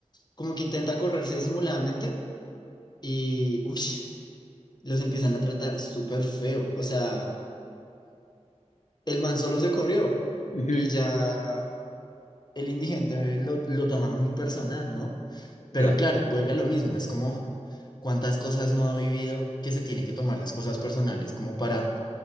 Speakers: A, on the left; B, on the left.
A: como que intenta correrse disimuladamente y, uy, los empiezan a tratar súper feo. O sea... El man solo se corrió
B: Ujú,
A: y
B: ujú.
A: ya el indigente lo, lo toma muy personal, ¿no? Pero
B: Claro.
A: claro, vuelve a lo mismo, es como cuántas cosas no ha vivido que se tiene que tomar las cosas personales como para,